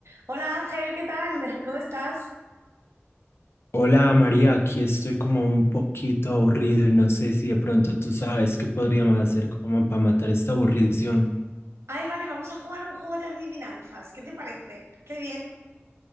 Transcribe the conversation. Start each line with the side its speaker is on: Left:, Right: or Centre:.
Right: Hola Ángel, ¿qué tal? <laughs> ¿Cómo estás?
Left: Hola María, aquí estoy como un poquito aburrido y no sé si de pronto tú sabes qué podríamos hacer como para matar esta aburrición.
Right: Ay, vale, vamos a jugar un juego de adivinanzas. ¿Qué te parece? Qué bien.